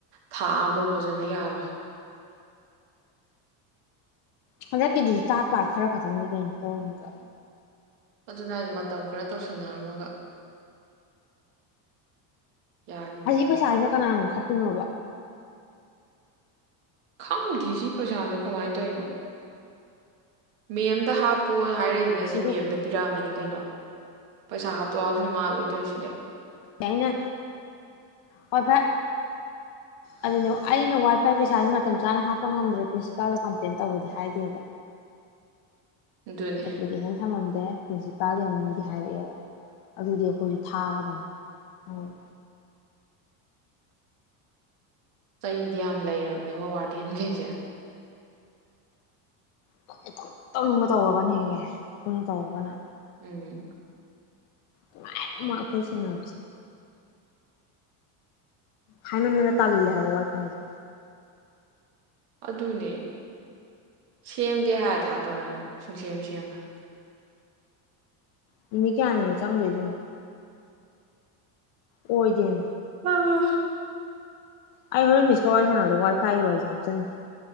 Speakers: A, on the right; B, on the left.
A: ꯊꯥ ꯑꯃꯐꯧ ꯐꯖꯅ ꯌꯥꯔꯣꯏ
B: ꯍꯟꯗꯛꯀꯤꯗꯨꯁꯨ ꯇꯥꯠ ꯄꯥꯠ ꯈꯔ ꯈꯛꯇꯪꯅꯤ ꯀꯩꯅꯣ ꯇꯧꯔꯝꯃꯤꯗꯣ
A: ꯑꯗꯨꯅꯦ ꯍꯥꯏꯁꯦ ꯃꯇꯝ ꯈꯔ ꯇꯧꯁꯟꯅꯔꯝꯃꯒ ꯌꯥꯈꯤꯗ꯭ꯔꯦꯕ
B: ꯑꯁꯤ ꯄꯩꯁꯥꯁꯤꯅ ꯀꯅꯥꯅ ꯑꯃꯨꯛ ꯈꯞ ꯇꯨꯝꯅꯤꯡꯉꯕꯣ
A: ꯈꯪꯗꯦ ꯁꯤ ꯄꯩꯁꯥꯁꯦ ꯀꯃꯥꯏꯅ ꯇꯧꯋꯤꯅꯣ ꯃꯦꯝꯗ ꯍꯥꯞꯄꯣꯅ ꯍꯥꯏꯔꯛꯏꯁꯤꯅꯗꯤ
B: ꯁꯤꯗ
A: ꯃꯦꯝꯗ ꯄꯤꯔꯛꯑꯃꯅꯤ ꯀꯩꯅꯣ ꯄꯩꯁꯥ ꯍꯥꯞꯇꯣꯛ ꯍꯥꯞꯁꯤꯟ ꯃꯥ ꯂꯣꯏ ꯇꯧꯏꯁꯤꯗꯤ
B: ꯌꯥꯅ ꯋꯥꯏ ꯐꯥꯏ ꯑꯗꯨꯅꯦ ꯑꯩꯅ ꯋꯥ ꯈꯔ ꯄꯩꯁꯥꯁꯦ ꯃꯇꯝ ꯆꯥꯅ ꯍꯥꯞꯄ ꯉꯝꯗ꯭ꯔꯦ ꯄ꯭ꯔꯤꯟꯁꯤꯄꯥꯜꯗ ꯀꯝꯄ꯭ꯂꯦꯟ ꯇꯧꯒꯦꯗꯤ ꯍꯥꯏꯗꯦꯕ
A: ꯑꯗꯨꯅꯦ
B: ꯑꯦꯄ꯭ꯂꯤꯀꯦꯁꯟ ꯊꯝꯃꯝꯦ ꯁꯦ ꯄ꯭ꯔꯤꯟꯁꯤꯄꯥꯜ ꯌꯧꯅꯤꯗꯤ ꯍꯥꯏꯔꯛꯑꯦꯕ ꯑꯗꯨꯗꯤ ꯑꯩꯈꯣꯏꯁꯨ ꯊꯥꯒꯗꯕꯅꯦ
A: ꯆꯩꯗꯤ ꯌꯥꯝ ꯂꯩꯔꯕꯅꯦꯀꯣ ꯋꯥꯔꯗꯦꯟꯒꯩꯁꯦ
B: ꯇꯧꯅꯤꯡ ꯇꯧꯅꯤꯡꯕ ꯇꯧꯔꯒꯅ ꯍꯦꯛ ꯌꯥꯏ ꯑꯈꯣꯢꯅ ꯇꯧꯔꯒꯅ
A: ꯎꯝ
B: ꯅꯨꯉꯥꯏꯔꯦ ꯃꯣꯏ ꯑꯈꯣꯢ ꯁꯦꯟꯅꯕꯁꯦ ꯍꯥꯏꯃꯟꯗꯅ ꯇꯥꯟꯂꯦ ꯍꯥꯏꯕꯥ ꯋꯥꯏꯐꯥꯏ ꯁꯦ
A: ꯑꯗꯨꯅꯦ ꯁꯦꯝꯒꯦ ꯍꯥꯏꯔ ꯊꯥꯗꯣꯔꯛꯑꯅꯤ ꯁꯨꯡꯁꯦꯝ ꯁꯦꯝꯃꯔꯣꯏ
B: ꯅꯨꯃꯤꯠ ꯀꯌꯥꯅꯤꯅꯣ ꯆꯪꯗꯣꯏꯁꯦ ꯌꯦꯡꯉꯣ ꯑꯣꯏꯗꯤꯟ
A: ꯑꯥ
B: ꯑꯩ ꯍꯣꯔꯦꯟ ꯃꯤꯁꯀ ꯋꯥꯔꯤ ꯁꯥꯟꯅꯕꯗ ꯋꯥꯏꯐꯥꯏ ꯋꯥꯔꯤꯁꯨ ꯍꯥꯞꯆꯟꯒꯦ